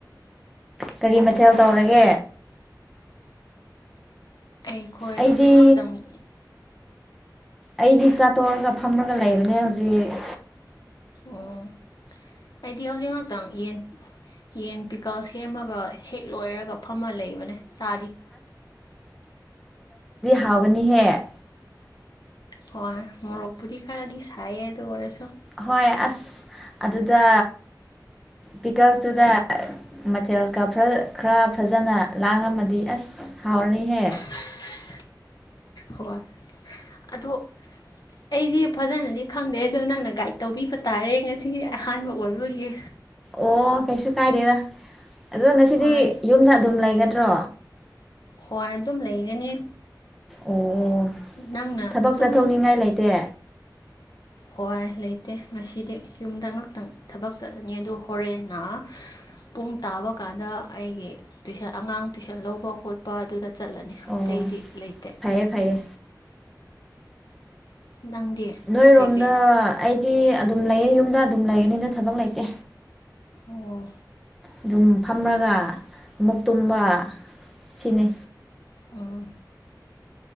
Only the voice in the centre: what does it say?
ꯀꯔꯤ ꯃꯊꯦꯜ ꯇꯧꯔꯒꯦ
ꯑꯩꯗꯤ
ꯑꯩꯗꯤ ꯆꯥꯠꯇꯣꯛꯑꯒ ꯐꯝꯃꯒ ꯂꯩꯕꯅꯦ ꯍꯧꯖꯤꯛ
ꯊꯥꯎꯒꯅꯤꯍꯦ
ꯍꯣꯏ ꯑꯁ ꯑꯗꯨꯗ ꯄꯤꯀꯜꯁꯇꯨꯗ ꯃꯊꯦꯜ ꯀ ꯈꯔ ꯐꯖꯅ ꯂꯥꯡꯝꯃꯗꯤ ꯑꯁ ꯍꯥꯎꯔꯅꯤꯍꯦ
ꯑꯣ ꯀꯩꯁꯨ ꯀꯥꯏꯗꯦꯗ ꯑꯗꯣ ꯉꯁꯤꯗꯤ
ꯌꯨꯝꯗ ꯑꯗꯨꯝ ꯂꯩꯒꯗ꯭ꯔꯣ
ꯑꯣ
ꯊꯕꯛ
ꯆꯠꯊꯣꯛꯅꯤꯡꯉꯥꯏ ꯂꯩꯇꯦ
ꯑꯣ
ꯐꯩꯌꯦ ꯐꯩꯌꯦ
ꯅꯣꯏꯔꯣꯝꯗ
ꯑꯩꯗꯤ ꯑꯗꯨꯝ ꯂꯩꯌꯦ ꯌꯨꯝꯗ ꯑꯗꯨꯝ ꯂꯩꯒꯅꯤꯗ ꯊꯕꯛ ꯂꯩꯇꯦ
ꯑꯗꯨꯝ ꯐꯝꯃꯒ ꯑꯃꯨꯛ ꯇꯨꯝꯕ ꯁꯤꯅꯤ